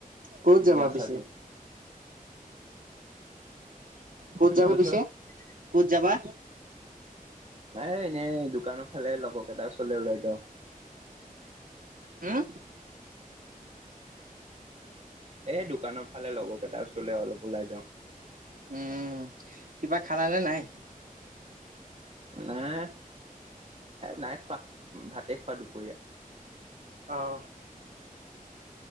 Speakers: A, on the right (about 70°); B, on the right (about 45°).
A: কত যাবা
B: গা চা
A: পিছে
B: ধুই।
A: ক'ত
B: কি
A: যাবা
B: কৈছ?
A: পিছে ক'ত যাবা
B: নাই এনেই দোকানৰ ফালে লগৰকেইটাৰ ওচৰলৈ ওলাই যাওঁ
A: উম,
B: এ দোকানৰ ফালে লগৰ কেইটাৰ ওচৰলৈ অলপ ওলাই যাওঁ
A: উম কিবা খালানে নাই
B: নাই নাই খোৱা ভাতে খোৱা দুপৰীয়া
A: অহ,